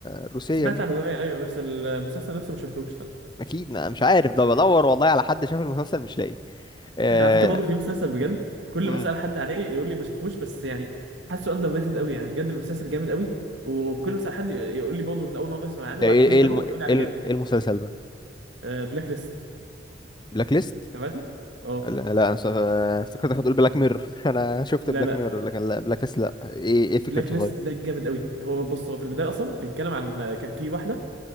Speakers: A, on the left; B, on the right.
A: الروسية
B: سمعت
A: دي
B: عن الرواية ايوه بس المسلسل نفسه ما شفتهوش لا
A: اكيد ما مش عارف ده بدور والله على حد شاف المسلسل مش لاقي آه،
B: انا على فكرة برضه في مسلسل بجد كل
A: امم
B: ما اسال حد عليه يقول لي ما شافهوش بس يعني حاسه اندر ريتد قوي يعني بجد المسلسل جامد قوي وكل ما اسال حد يقول لي برضه ان اول مرة اسمع عنه
A: ده
B: بعد
A: ايه
B: كده
A: ايه
B: يتابعه
A: الم...
B: ويقول لي
A: ايه
B: عليه
A: ال-
B: جامد
A: إيه المسلسل ده
B: آه بلاك ليست
A: بلاك ليست
B: تابعته اه
A: لا, لا انا س- افتكرتك هتقول بلاك ميرور <laughs> انا شفت
B: لا
A: بلاك
B: لا
A: ميرور لكن لا بلاك ليست لا ايه ايه فكرته
B: بلاك ليست
A: طيب
B: ده جامد قوي هو بص هو في البدايه اصلا بيتكلم عن آه، كان في واحده